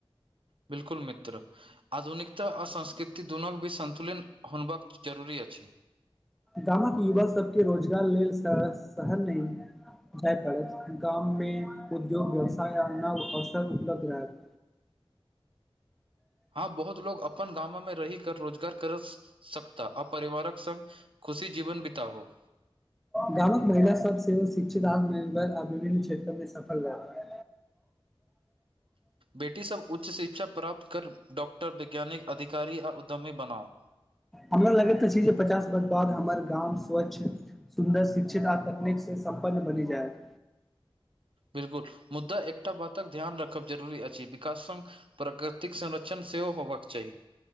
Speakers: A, on the right; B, in the centre.
A: बिल्कुल मित्र आधुनिकता आ संस्कृति दुनू भी सन्तुलिन होनबाक जरूरी अछि
B: गामक युवा सबके रोजगार लेल श शहर नै जाइ पड़त गाम मे उद्योग व्यवसाय आ नव असर उपलब्ध रहत
A: हँ बहुत लोग अपन गामो मे रहि कर रोजगार कर सकता आ परिवारक संग खुशी जीवन बितउ
B: गामक महिला सब सेहो शिक्षित आत्मनिर्भर आ विभिन्न क्षेत्र मे सफल रहता
A: बेटी सब उच्च शिक्षा प्राप्त कर डाॅक्टर वैज्ञानिक अधिकारी आ उद्यमी बनाओ
B: हमरा लगैत अछी जे पचास वर्ष बाद हमर गाम स्वच्छ सुन्दर शिक्षित आ तकनीकसँ सम्पन्न बनि जायत
A: बिल्कुल मुद्दा एकटा बातक ध्यान राखब जरूरी अछि विकासंग प्राकृतिक संरक्षण सेहो होबक चाही